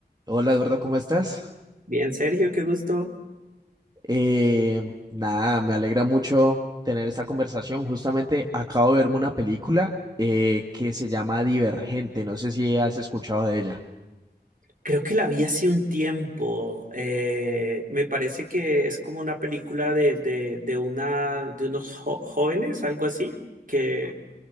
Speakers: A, on the right (about 25°); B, on the right (about 50°).
A: Hola Eduardo, ¿cómo estás?
B: Bien, Sergio, qué gusto.
A: Eh, nada, me alegra mucho tener esta conversación. Justamente acabo de verme una película eh, que se llama Divergente. No sé si has escuchado de ella.
B: Creo que la vi hace un tiempo. Eh, me parece que es como una película de, de, de una, de unos jo- jóvenes, algo así, que